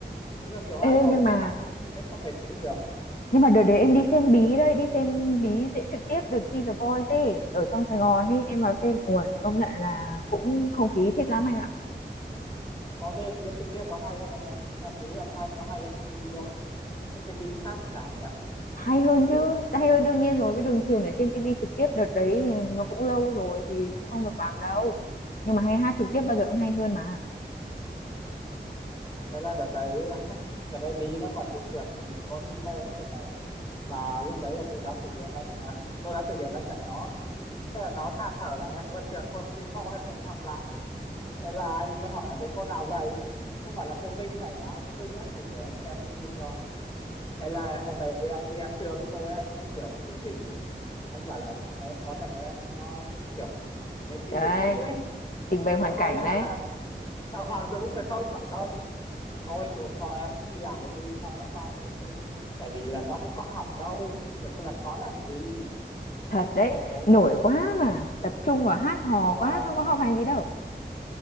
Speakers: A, on the left; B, on the left.
A: đúng là kiểu
B: Ê
A: idol
B: nhưng mà
A: kết bạn với mình ấy không thể tin được
B: nhưng mà đợt đấy em đi xem bí đấy, đi xem bí diễn trực tiếp đợt thi The Voice ấy ở trong Sài Gòn ấy, em vào xem. Ui, công nhận là cũng không khí thích lắm anh ạ.
A: Ồ thế diễn trực tiếp có hay hơn không em? Ý là cái âm thanh nó hay hơn trên TV không? Trên TV phát chán nhỉ?
B: hay hơn chứ hay hơn đương nhiên rồi cái đường truyền ở trên tivi trực tiếp đợt đấy thì nó cũng lâu rồi thì cũng không được bằng đâu nhưng mà hay hát trực tiếp bao giờ cũng hay hơn mà
A: Thế là đợt đấy <laughs> đợt đấy Bí nó còn bị trượt một môn vĩ mô nữa thì phải mà lúc đấy là cô giáo chủ nhiệm anh là cô giáo chủ nhiệm anh dạy nó thế là nó than thở là em vừa trượt môn vĩ mẫu em phải đi học lại thế là anh mới hỏi là thế cô nào dạy nó bảo là cô Vinh dạy và cô Vinh á để để anh xem anh xin cho thế là hôm đấy anh đi ăn trưa với cô ấy anh mới kiểu thủ thỉ anh bảo là à, em có thằng em nó cũng kiểu nghệ sĩ
B: đấy
A: nghệ sĩ đấy
B: trình bày hoàn
A: sao
B: cảnh
A: cô bảo
B: đấy
A: là sao Hoàng Dũng phải không bảo không thôi cô cho em thi lại đi cho nó qua môn đi tại vì là nó cũng có học đâu rồi cô làm khó làm gì
B: thật đấy
A: sau cô bảo
B: nổi
A: là
B: quá mà
A: cô,
B: tập trung vào hát hò
A: cô bảo
B: quá
A: là
B: xong có học hành gì đâu